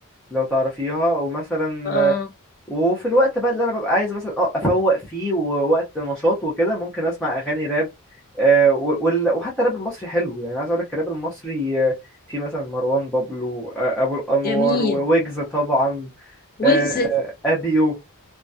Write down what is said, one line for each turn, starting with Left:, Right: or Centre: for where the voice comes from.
Centre: لو تعرفيها ومثلا
Left: اه
Centre: وفي الوقت بقى اللي انا ببقى عايز مثلا اه افوق فيه ووقت نشاط وكده ممكن اسمع اغاني راب آه، و- وال- وحتى الراب المصري حلو يعني عايز اقول لك الراب المصري آه، في مثلا مروان بابلو آه، ابو الانوار
Left: جميل
Centre: وويجز طبعا
Left: ويجز
Centre: آه، ابيو